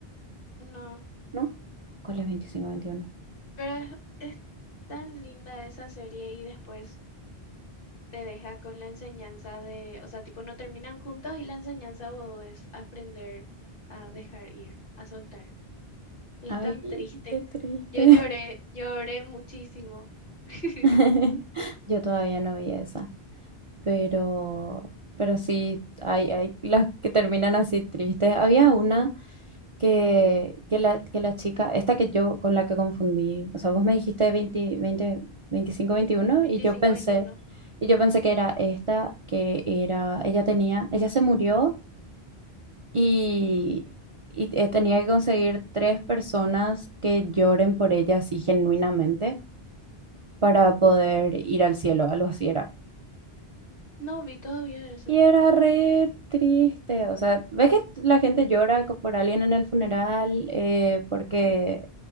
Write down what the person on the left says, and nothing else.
No,
pero es, es tan linda esa serie y después te deja con la enseñanza de, o sea, tipo no terminan juntos y la enseñanza wow, es aprender a dejar ir, a soltar. Y
es tan triste.
Yo lloré, lloré muchísimo. <laughs>
veinticinco
veintiuno
Mm,
No vi todavía eso.
Sí.